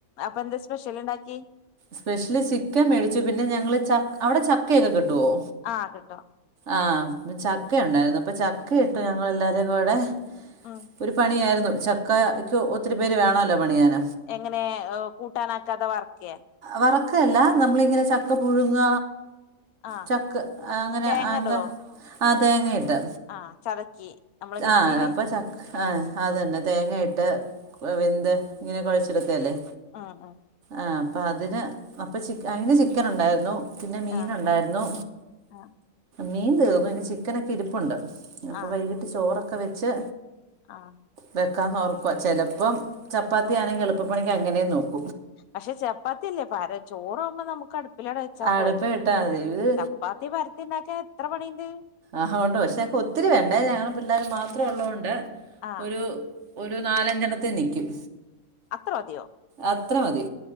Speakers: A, on the left; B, on the right.
A: പ്പ എന്താ സ്പെഷ്യൽ ഇണ്ടാക്കി
B: സ്പെഷ്യല് ചിക്കൻ മേടിച്ചു പിന്നെ ഞങ്ങള് ച അവിടെ ചക്കയൊക്കെ കിട്ടുവോ
A: ആഹ് കിട്ടും
B: ആഹ് ചക്ക ഉണ്ടായിരുന്നു അപ്പൊ ചക്ക ഇട്ടു ഞങ്ങ എല്ലാരും കുടെ
A: ആഹ്
B: ഒരു പണിയായിരുന്നു ചക്കയ്ക്ക ഒത്തിരി പേര് വേണല്ലോ പണിയാൻ
A: എങ്ങനെ കൂട്ടാന ആക്കാതെ വർക്കെ
B: വറക്കയല്ല നമ്മളിങ്ങനെ ചക്ക പുഴുങ്ങ
A: ആഹ്
B: ചക്ക് അങ്ങനെ
A: തേങ്ങ
B: എന്താ
A: ഇടുവോ
B: ആഹ് തേങ്ങയിട്ട്
A: ആഹ് ചതക്കി നമ്മള് മിക്സിയില്
B: ആഹ് അപ്പൊ ച ആഹ് അത്ന്നെ തേങ്ങ ഇട്ട് വന്ത് ഇങ്ങനെ കുഴച്ചെടുത്തല്ലേ
A: ആഹ് ആഹ്
B: ആഹ് അപ്പൊ അതിന് അപ്പൊ അതിന് ചിക്കൻ ഉണ്ടായിരുന്നു പിന്നെ മീൻ
A: ആഹ്
B: ഉണ്ടായിരുന്നു
A: ആഹ്
B: മീൻ തീർന്നു ഇനി ചിക്കൻ ഒക്കെ ഇരിപ്പുണ്ട് അപ്പോ
A: ആഹ്
B: വൈ ചോറൊക്കെ വെച്ച്
A: ആഹ്
B: വെക്കാന്ന് ഓർക്ക ചിലപ്പം ചപ്പാത്തിയാണെങ്കിൽ എളുപ്പണിക്ക് അങ്ങനെ നോക്കും
A: പക്ഷെ ചപ്പാത്തില്ലേ പാര് ചോറ ആവുമ്പോ നമുക്ക് അടുപ്പില ടാ വെച്ചാ
B: അടുപ്പ്
A: പോരെ
B: ഇട്ടാൽ മതി ഇത്
A: ചപ്പാത്തി വരത്തിണ്ടാക്കെ എത്ര പണീണ്ട്
B: ആഹ് കൊണ്ട് പക്ഷേനിക്ക് ഒത്തിരി വേണ്ട ഞങ്ങ പിള്ളേർ മാത്രേ ഉള്ളത്കൊണ്ട്
A: ആഹ്
B: ഒരു ഒരു നാലഞ്ചെണ്ണത്തി നിക്കും
A: അത്ര മതിയോ
B: അത്ര മതി